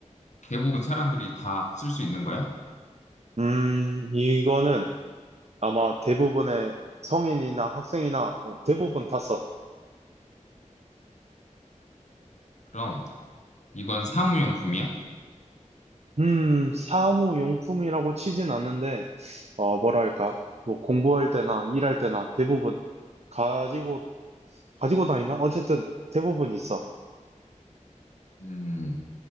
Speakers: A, on the left; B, on the right.
A: 대부분 사람들이 다 쓸 수 있는 거야?
B: 음, 이거는 아마 대부분의 성인이나 학생이나 어, 대부분 다 써.
A: 그럼 이건 사무용품이야?
B: 음, 사무용품이라고 치진 않는데, 어, 뭐랄까, 뭐 공부할 때나 일할 때나 대부분 가지고, 가지고 다니나? 어쨌든 대부분 있어.
A: 음,